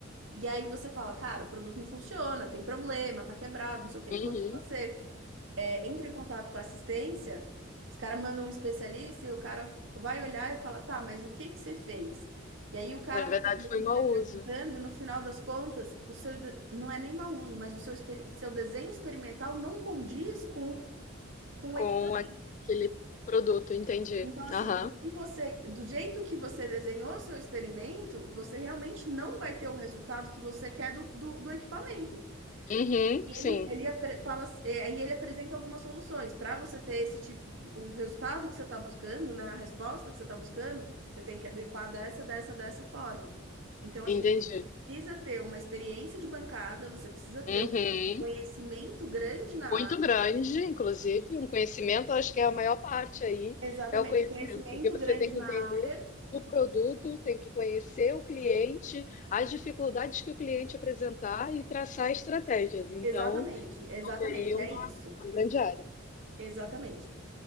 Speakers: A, on the right; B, on the left.
A: E aí você fala, cara, o produto não funciona, tem problema, tá quebrado, não sei o quê.
B: Uhum.
A: E quando você é, entra em contato com a assistência, os caras mandam um especialista e o cara vai olhar e fala, tá, mas o que que você fez? E aí o cara
B: Na verdade,
A: vai olhando,
B: foi
A: ele
B: mau
A: vai perguntando,
B: uso.
A: no final das contas, o seu de- não é nem mau uso, mas o seu, exper- seu desenho experimental não condiz com, com
B: com
A: o equipamento.
B: aquele produto, entendi.
A: Então, assim,
B: Aham.
A: o que você, do jeito que você desenhou o seu experimento, você realmente não vai ter o resultado que você quer do, do do equipamento.
B: Uhum,
A: Ele,
B: sim,
A: ele apre- fala, é, e ele apresenta algumas soluções. Para você ter esse tipo, o resultado que você está buscando, né, a resposta que você está buscando, você tem que adequar dessa, dessa, dessa forma. Então, assim,
B: entendi.
A: precisa ter uma experiência de bancada, você precisa ter
B: Uhum.
A: um conhecimento grande na
B: Muito
A: área.
B: grande, inclusive, um conhecimento, acho que é a maior parte aí,
A: Exatamente,
B: é o conhecimento,
A: conhecimento
B: porque você
A: grande
B: tem que
A: na
B: entender
A: área.
B: o produto, tem que conhecer o cliente, as dificuldades que o cliente apresentar e traçar estratégias. Então,
A: Exatamente, exatamente,
B: tem aí uma,
A: é isso.
B: uma grande área.
A: Exatamente.